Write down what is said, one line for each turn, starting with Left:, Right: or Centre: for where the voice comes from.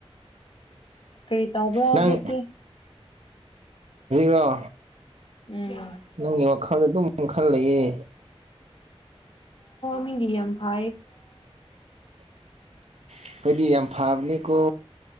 Left: ꯀꯔꯤ ꯇꯧꯕ꯭ꯔꯥ ꯍꯧꯖꯤꯛꯇꯤ
Right: ꯅꯪ ꯔꯣ
Left: ꯎꯝ
Right: ꯅꯪꯒꯤ ꯋꯥꯈꯥꯗ ꯑꯗꯨꯨꯝ ꯈꯪ ꯈꯜ ꯂꯩꯌꯦ
Left: ꯃꯤꯔꯤ ꯑꯝꯐ
Right: ꯑꯩꯈꯣꯏꯗꯤ ꯌꯥꯝ ꯐꯕꯅꯦꯀꯣ